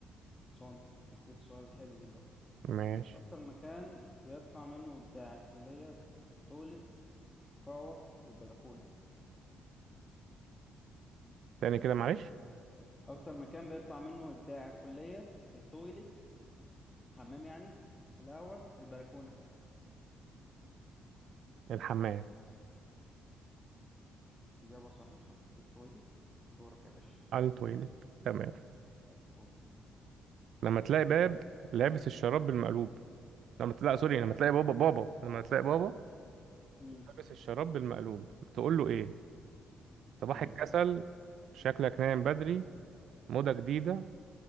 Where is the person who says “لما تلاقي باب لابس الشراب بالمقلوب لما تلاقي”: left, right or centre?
Right